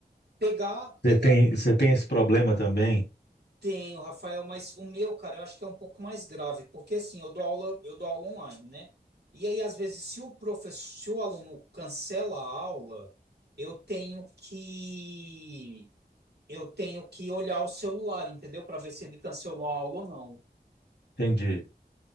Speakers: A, on the right (about 75°); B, on the left (about 80°).
A: pegar,
B: Você
A: pegar.
B: tem, você tem esse problema também?
A: Tenho, Rafael, mas o meu, cara, eu acho que é um pouco mais grave, porque assim, eu dou aula, eu dou aula online, né? E aí, às vezes, se o professor, se o aluno cancela a aula, eu tenho que eu tenho que olhar o celular, entendeu? Para ver se ele cancelou a aula ou não,
B: Entendi,